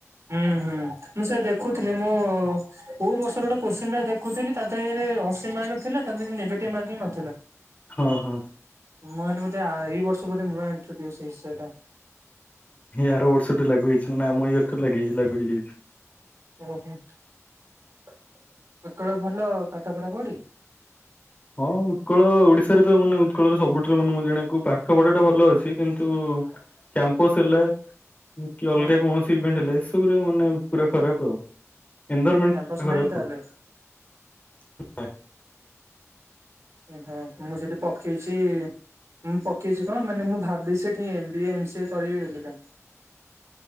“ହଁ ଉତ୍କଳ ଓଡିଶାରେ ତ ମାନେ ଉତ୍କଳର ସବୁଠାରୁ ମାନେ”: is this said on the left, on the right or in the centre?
Left